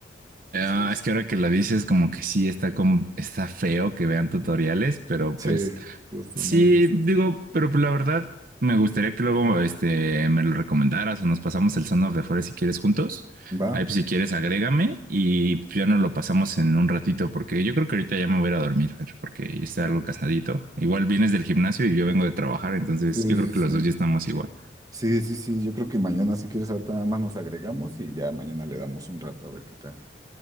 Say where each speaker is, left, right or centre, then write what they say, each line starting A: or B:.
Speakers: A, on the right (about 50°); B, on the right (about 20°).
A: Ah,
B: Sí, es-
A: es que ahora que lo dices, como que sí está, como, está feo que vean tutoriales, pero
B: sí,
A: pues
B: justo,
A: Sí,
B: no me gusta.
A: digo, pero pues, la verdad me gustaría que luego este, me lo recomendaras o nos pasamos el Son of the Forest si quieres juntos.
B: ¿Va?
A: Ahí pues si quieres agrégame y pues, ya nos lo pasamos en un ratito porque yo creo que ahorita ya me voy a ir a dormir, Fer, porque ya está algo cansadito. Igual vienes del gimnasio y yo vengo de trabajar, entonces
B: Sí,
A: yo creo que
B: sí, sí.
A: los dos ya estamos igual.
B: Sí, sí, sí, yo creo que mañana, si quieres, ahorita nada más nos agregamos y ya mañana le damos un rato a ver qué tal.